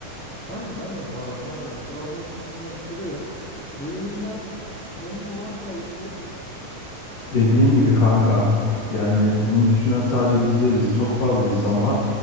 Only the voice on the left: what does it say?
Dediğim gibi kanka yani bunu düşünen sadece biz değiliz. Çok fazla insan var.